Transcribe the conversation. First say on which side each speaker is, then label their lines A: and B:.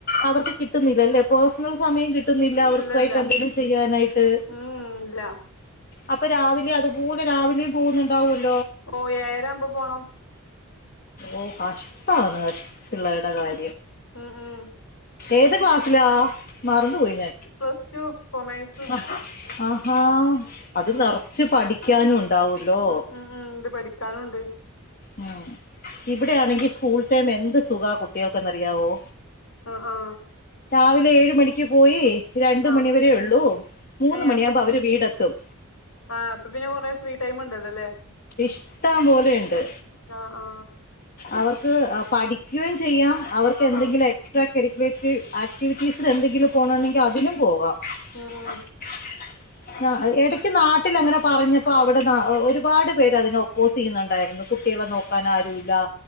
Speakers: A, on the left; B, on the left.
A: അവർക്ക് കിട്ടുന്നില്ലല്ലേ ഇപ്പൊ നിങ്ങൾ സമയം കിട്ടുന്നില്ല അവർക്കയിട്ട്
B: ഇല്ലല്ല
A: എന്തെങ്കിലും ചെയ്യാനായിട്ട്
B: ഉം ഇല്ല
A: അപ്പെ രാവിലെ അതുപോലെ രാവിലെയും പോകുന്നുണ്ടാവൂല്ലോ
B: ഓ ഏഴ് ആമ്പോ പോണം
A: ഓ കഷ്ടാണ് പിള്ളേരുടെ കാര്യം
B: ആ.
A: ഏത് ക്ലാസ്സിലാ? മറന്നു പോയി ഞാൻ.
B: പ്ലസ് ടു കൊമേഴ്സ്
A: അ ആഹാ അത് നെർച്ച് പഠിക്കാനു ണ്ടാവുല്ലോ.
B: ഉം ഉം ഉം ഇത് പഠിക്കാനുണ്ട്
A: ആ ഇവിടെ ആണെങ്കി സ്കൂൾ ടൈം എന്ത് സുഖ കുട്ടികൾക്ക് എന്ന് അറിയാവോ?
B: ആ ആ
A: രാവിലെ ഏഴ് മണിക്ക് പോയി രണ്ട്
B: ആ
A: മണിവരെ ഉള്ളൂ മൂന്ന്
B: ഏ
A: മണിയ
B: അത്ര
A: ആമ്പം അവര് വീടെ എത്തും.
B: ആ അപ്പൊ പിന്നെ കൊറെ ഫ്രീ ടൈം ഉണ്ടല്ലോ ആല്ലേ?
A: ഇഷ്ടം പോലെണ്ട്.
B: ആ ആ
A: അവർ <unintelligible> അ പഠിക്കയ് ചെയ്യാ അവർക്കെന്തെങ്കിലു
B: ആ ആ
A: എക്സ്ട്രാ കരിക്കുലേറ്റ് ആക്റ്റിവിറ്റീസ് തെന്തെങ്കിലു പോണോണ്ടെങ്കി
B: ഉം ഉം
A: അതിനും പോവ. <unintelligible>
B: ഉം ഉം ഉം
A: എടക്ക് നാട്ടിലങ്ങന പറഞ്ഞപ്പ അവ്‌ടെ ദ ഒരു പാട് പേരതിനൊപ്പോസെയ്യുന്നുണ്ടായിരുന്നു കുട്ട്യളെ നോക്കാനാരൂല്ലാ.